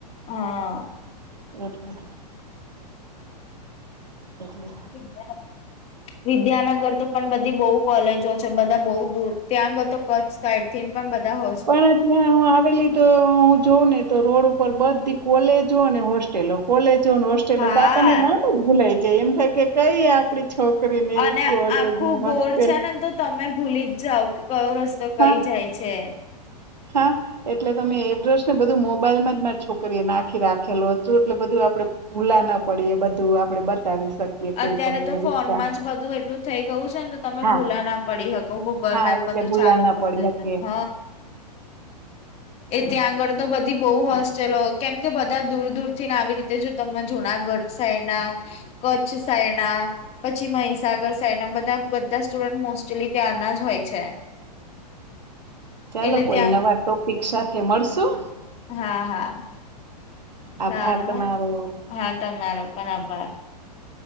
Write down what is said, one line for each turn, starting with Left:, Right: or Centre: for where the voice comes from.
Left: હા
Right: એટલે. <unintelligible>
Left: <unintelligible> વિદ્યાનગર તો પણ બધી બહુ કોલેજો છે બધા બહુ દૂર ત્યાં આગળ તો. કચ્છ સાઈડથી પણ બધા હો.
Right: પણ ત્યાં હું આવેલી. હું જોઉં ને તો રોડ ઉપર બધી કોલેજો અને હોસ્ટેલો કોલેજોને હોલ.
Left: હા
Right: તો આપણને નામજ ભૂલાય જાય એમ થાય કે કઈ આપ. આપડી છોકરી ને
Left: અને
Right: કોલેજ
Left: આખું
Right: ને હોસ્ટેલ.
Left: ગોળ છે ને તો તમે ભૂલીજ જાાવ કે કયો રસ્તો કઈ
Right: હા
Left: જાય છે.
Right: હા. એટલે તમે એડ્રેસ ને બધું મોબાઈલમાંજ મા છોકરીએ નાખી રાખેલું હતું એટલે બધું આપડે. ભુલા ના પડીે એ બધું આપડે બતાવી શકીએ.
Left: અત્યારે
Right: કોઈ પણને
Left: તો ફોનમાંજ
Right: રીક્ષા
Left: બધું એટલું. થઈ ગયું છે ને તો તમે
Right: હા
Left: ભૂલા ના પડી શકો ગૂગલ
Right: હા
Left: મેપ બધું
Right: એટલે ભૂલા
Left: ચાલુ
Right: ના
Left: કરી
Right: પડી
Left: દે એને
Right: શકીએ
Left: હ. એ ત્યાં આગળ તો બધી બહ હોસ્ટેલો કેમ કે બધા દૂર દૂર થીને આવી રીતે જો તમે જુનાગઢ સાઈડ ના કચ્છ સાઈડના પછી મિસાગર સાઈડ ના બધા બધા સ્ટુડન્ટ મોસ્ટલી ત્યાંના જ હોય છે. <inaudible>
Right: ચાલો
Left: એટલે
Right: કોઈ
Left: ત્યાં
Right: નવા ટોપિક સાથે મળશું.
Left: હા હા
Right: આભાર
Left: સારો
Right: તમારો
Left: હ હા તમારો પણ આભાર.